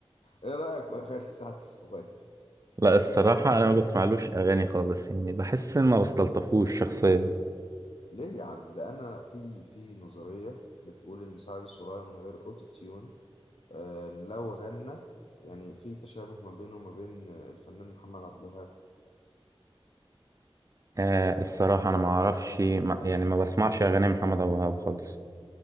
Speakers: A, on the left; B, on the right.
A: ايه رايك في اغاني سعد الصغير
B: لا الصراحه انا ما بسمعلوش اغاني خالص يعني بحس ان ما بستلطفوش شخصيا
A: ليه يا عم ده انا في في نظريه بتقول ان سعد الصغير من غير اوتو تيون آم، لو غنى يعني في تشابه ما بينه وما بين الفنان محمد عبد الوهاب
B: آه الصراحه انا ما اعرفش ما يعني ما بسمعش اغاني محمد ابو وهاب خالص